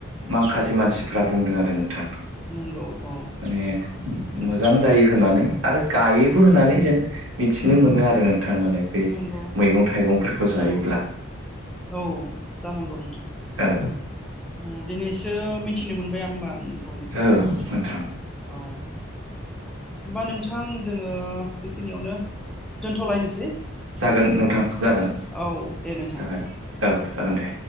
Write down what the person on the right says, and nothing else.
माखासे मानसिफ्रा बुंदों आरो नोंथां।
माने मोजां जायो होननानै आरो गायोबो होननानै जों मिथिनो मोनो आरो नों थां माने बे
मैगं थाइगंफोरखौ
जायोब्ला।
औ
औ
नोंथां
जागोन नोंथां जागोन
जागोन औ जागोन दे।